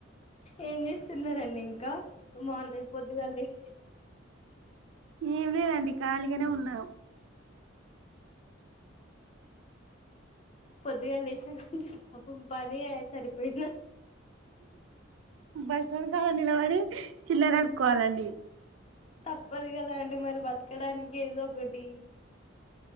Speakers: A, on the left (about 30°); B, on the right (about 75°).
A: ఏం చేస్తున్నారండి ఇంకా మార్నింగ్ పొద్దుగాల లెస్
B: ఏం లేదండి ఖాళీగానే ఉన్నాము
A: పొద్దుగల లేసినా పాపం పని సరిపోయి
B: బస్ స్టాండ్ కాడ నిలవడి. చిల్లర అడుక్కోవాలండి
A: తప్పదుగద కాదండి మరి బతకడానికి ఏదొ ఒకటి